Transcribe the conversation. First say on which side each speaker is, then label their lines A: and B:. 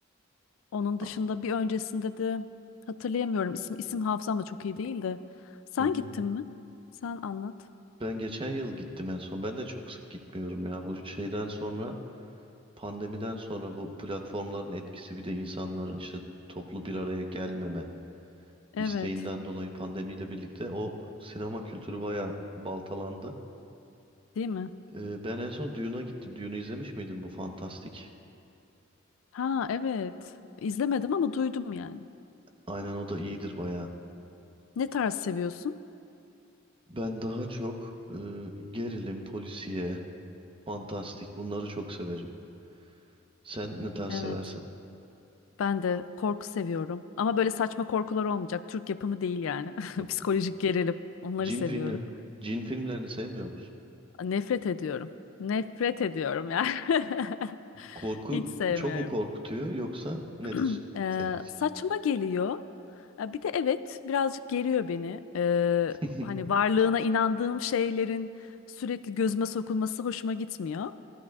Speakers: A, on the left; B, on the right.
A: Onun dışında
B: a-
A: bir öncesinde de hatırlayamıyorum. İsim, isim hafızam da çok iyi değil de. Sen
B: hı hı.
A: gittin mi? Sen anlat.
B: Ben geçen yıl gittim en son. Ben de çok sık gitmiyorum ya. Bu şeyden sonra, pandemiden sonra bu platformların etkisi bir de insanların işte toplu bir araya gelmeme
A: Evet.
B: isteğinden dolayı pandemiyle birlikte o sinema kültürü bayağı baltalandı.
A: Değil mi?
B: Ee, ben en son Dune'a gittim. Dune'u izlemiş miydin bu fantastik?
A: Ha evet. İzlemedim ama duydum yani.
B: Aynen o da iyidir bayağı.
A: Ne tarz seviyorsun?
B: Ben daha çok e, gerilim, polisiye, Fantastik. Bunları çok severim. Sen ne tarz
A: Evet.
B: seversin?
A: Ben de korku seviyorum. Ama böyle saçma korkular olmayacak. Türk yapımı değil yani. <laughs>
B: O
A: Psikolojik gerilim. Onları
B: cin
A: seviyorum.
B: filmleri. Cin filmlerini sevmiyor musun?
A: Nefret ediyorum. Nefret ediyorum yani. <laughs>
B: Korku
A: Hiç sevmiyorum.
B: çok mu korkutuyor yoksa nedir
A: <clears throat> Eee,
B: senin için?
A: saçma geliyor. Ya Bir de evet birazcık geriyor beni. Eee,
B: <laughs>
A: hani varlığına inandığım şeylerin sürekli gözüme sokulması hoşuma gitmiyor.